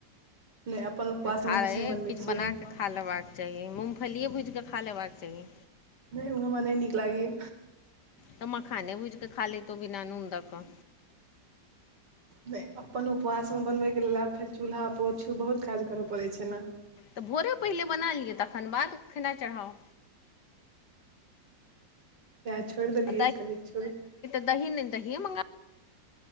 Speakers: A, on the right; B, on the left.
A: नहि अपन उपवास
B: खा
A: मे किछु नहि बनबैत
B: बना
A: छियै।
B: कऽ खा लेबाके चाही मूँगफलियए भूजिके खा लेबाक चाही।
A: नहि ओह हमरा नहि निक लागीया
B: तऽ मखाने बुझके खाल लेतो बिना नून दैके
A: नहि अपन उपवास मे बनबयके लेलऽ आब फेर चूल्हा पोछू बहुत काज करय पड़ै छै ने।
B: तऽ भोरे पहिले बना लिआ तखन बाद खेना चढ़ाउ
A: तै, छोड़ि देलियै,
B: आ
A: कहलियै छोड़।
B: दही ने दही मंग।